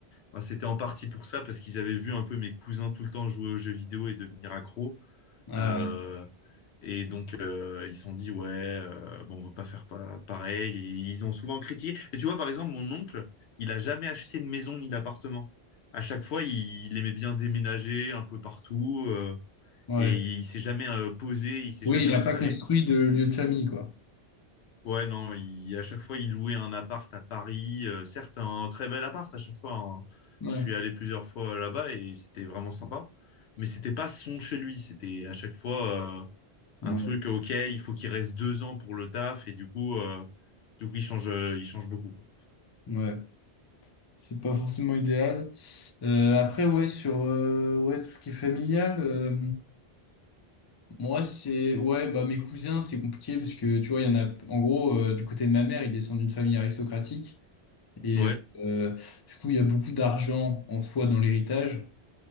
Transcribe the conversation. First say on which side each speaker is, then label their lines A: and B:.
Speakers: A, on the left (about 80°); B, on the left (about 40°).
A: Bah, c'était en partie pour ça, parce qu'ils avaient vu un peu mes cousins tout le temps jouer aux jeux vidéo et devenir accro.
B: Ouais.
A: Euh, et donc, euh, ils se sont dit, ouais, euh, bon, on veut pas faire pa- pareil. Et ils ont souvent critiqué. Et tu vois, par exemple, mon oncle, il a jamais acheté de maison ni d'appartement. À chaque fois, il, il aimait bien déménager un peu partout. euh,
B: ouais.
A: et il s'est jamais euh, posé, il s'est
B: Oui,
A: jamais
B: il
A: installé.
B: n'a pas construit de lieu de famille, quoi.
A: Ouais, non, il- à chaque fois, il louait un appart à Paris. Euh, certes, un très bel appart à chaque fois. hein.
B: Ouais.
A: Je suis allé plusieurs fois euh, là-bas et c'était vraiment sympa. Mais c'était pas son chez lui. C'était à chaque fois euh,
B: Ouais,
A: un truc, euh, OK, il faut qu'il reste deux ans pour le taf. Et du coup, euh, du coup il change, euh, il change beaucoup. quoi.
B: ouais. C'est pas forcément idéal. Euh, après, ouais, sur euh, ouais, tout ce qui est familial, euh, moi, c'est... Ouais, bah, mes cousins, c'est compliqué parce que, tu vois, il y en a... En gros, euh, du côté de ma mère, ils descendent d'une famille aristocratique. Et
A: Ouais.
B: euh, du coup, il y a beaucoup d'argent en soi dans l'héritage.